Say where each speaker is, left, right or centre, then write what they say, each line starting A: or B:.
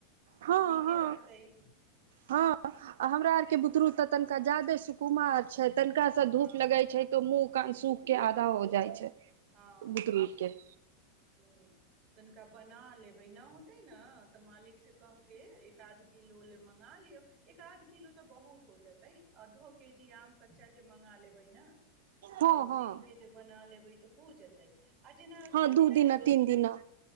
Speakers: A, on the right (about 80°); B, on the right (about 20°).
A: हँ
B: नीके
A: हँ
B: रहतै। <unintelligible>
A: हँ आ हमरा आर के बुतरु तनिका जादे सुकुमार छै। तनिका से
B: हँ
A: धूप लगे छै तो मुँह क सूख। के आधा हो जाइ छै।
B: हँ
A: बुतरू के
B: त। <unintelligible> तनिका बना लेबै नहि होतै ने तऽ मालिकसँ कहहि क एक आध किलो लए मङ्गा लियौ एक आध किलो तऽ बहुत हो जेतै आधो के जी आम कच्चा जे मङ्गा लेबै न।
A: हँ
B: आ उसीन
A: हँ
B: के जे बना लेबै। तऽ हो जेतै। <unintelligible> जेना
A: हँ
B: रोज
A: दू
B: नहि
A: दिना
B: बनेबै
A: तीन दिना